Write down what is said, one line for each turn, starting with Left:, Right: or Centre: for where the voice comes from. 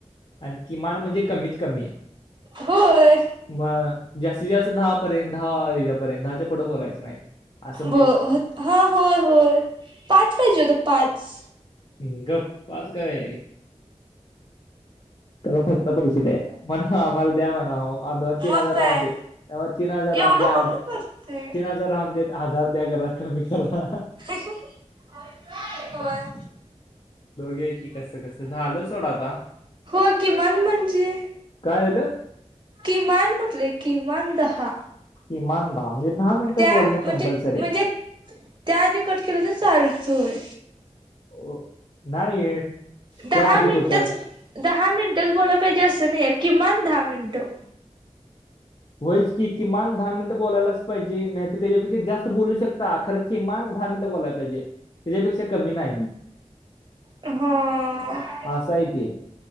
Left: आणि किमान म्हणजे कमीत कमी.
Right: होय.
Left: म जास्तीत जास्त दहापर्यंत दहा याच्या पर्यंत दहाच्या पुढ बोलायचं नाही. असं म्हणजे
Right: ब हा होय होय पाच पाहिजे हुतं पाच
Left: हम गप पाच काय. खरं फक्त पैस काय येना. म्हण हा आम्हाला द्या म्हणावं आओ दोन
Right: मग
Left: तीन हजार
Right: काय
Left: राहूदे आओ तीन हजार राहून
Right: एवढं
Left: द्या
Right: कोण
Left: आज
Right: करते.
Left: तीन हजार राहूनदे हजार द्या खरं कमी करा
Right: व्हय
Left: बघूया की कसं कसं झालं सोड आता
Right: हो किमान म्हणजे
Left: काय झालं.
Right: किमान म्हटलय किमान दहा
Left: किमान दहा म्हणजे दहा मिनिटं
Right: त्या
Left: बोलणं
Right: म्हणजे
Left: कंपल्सरी
Right: म्हणजे
Left: हाय.
Right: त्या आधी कट केलं तर चालतय.
Left: ओ नाही
Right: दहा
Left: त्या आधी
Right: मिनिटच
Left: कुठं
Right: दहा मिनिटच बोलाय पाहिजे असं नाहीये किमान दहा मिनिटं
Left: होयच किमान दहा बोलायलाच पाहिजे. नाही तर त्याच्यापेक्षा जास्त बोलू शकता. खर किमान दहा मिनिटं बोलायल पाहिजे. त्याच्यापेक्षा कमी नाही.
Right: हो
Left: असा हाय ते.